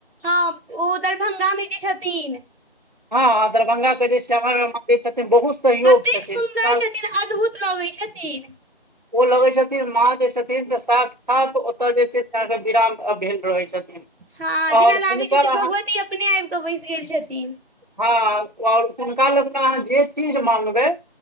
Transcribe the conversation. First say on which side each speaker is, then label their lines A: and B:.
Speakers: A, on the right; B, on the right.
A: हँ ओ दरभंगा मे जे छथिन
B: हँ दरभंगा के जे श्यामा मा--मन्दिर छथिन बहुत सहयोग
A: कतेक
B: छथिन
A: सुन्दर
B: हुनका।
A: छथिन अद्भुत लगै छथिन
B: ओ लगै छथिन माँ जे छथिन साकछात ओतय जे छै विराम भेल रहै छथिन
A: हँ
B: आओर
A: जेना लागै
B: हुनकर
A: छथिन
B: अहाँ
A: भगवती अपने आब कऽ बैस गेल छथिन
B: हँ आओर हुनका लगमे अहाँ जे चीज माँंगबै